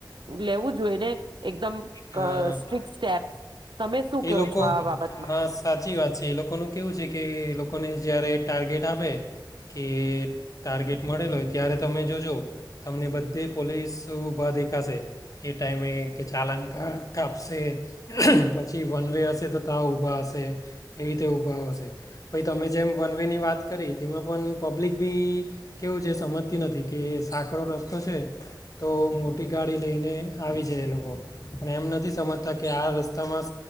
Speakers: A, on the right; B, on the left.
A: લેવું જોઈએ ને એકદમ
B: અ
A: સ્ટ્રીિક સ્ટેપ્સ તમે શું કહવો
B: એ લોકો
A: છો આ બાબત.
B: હા સાચી વાત છે એ લોકોનું કેવું છે કે એ લોકોને જયારે ટાર્ગેટ આપે કે ટાર્ગેટ મળેલો હોય ત્યારે તમે જોજો તમને બધે પોલીસ ઊભા દેખાશે એ ટાઈમે કે ચાલના કાપશે પછી વન વે હશે તો તા ઊભા હશે એવી રીતે ઊભા હશે પછી તમે જેમ વન વે ની વાત કરી તેમાં પણ પબ્લિક બી કેવું છે સમજતી નથી કે સાંકડો રસ્તો છે તો મોટી ગાડી લઈને આવી જાય એ લોકો પણ એમ નથી સમજતા કે આ રસ્તામાં